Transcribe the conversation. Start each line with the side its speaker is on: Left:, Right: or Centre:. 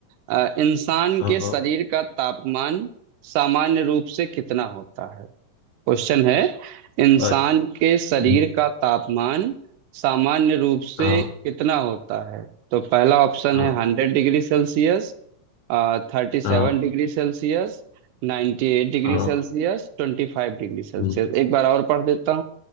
Right: आ, इंसान
Left: हाँ
Right: के शरीर
Left: हाँ
Right: का तापमान सामान्य रूप से कितना होता है क्वेश्चन है इंसान
Left: और-
Right: के शरीर
Left: हम्म,
Right: का तापमान सामान्य रूप से
Left: हाँ
Right: कितना होता है तो पहला ऑप्शन
Left: हाँ
Right: है हंड्रेड degree Celsius thirty seven
Left: हाँ
Right: degree Celsius ninety eight degree
Left: हाँ,
Right: Celsius twenty five degree Celsius
Left: हम्म,
Right: एक बार और पढ़ देता